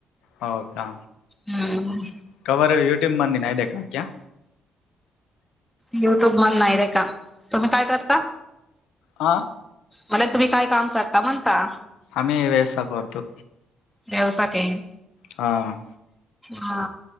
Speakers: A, on the left; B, in the centre.
A: हो का
B: हम्म
A: कवर युट्यूम मंद नाय दे्या काक्या
B: युट्यूब मण नाही रे का तुम्ही काय करता
A: हा
B: मला तुम्ही काय काम करता म्हणता
A: आम्ही व्यवसाय करतो
B: व्यवसा का
A: हां
B: हा